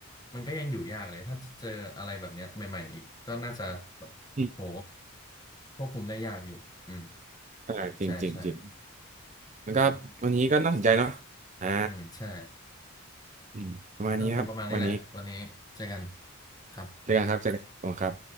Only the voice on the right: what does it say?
อืม
อ่าจริงจริงจริง
แล้วก็วันนี้ก็น่าสนใจเนาะ
อ่า
อืมประมาณนี้นะครับวันนี้
เจอกันครับเจอกันขอบคุณครับ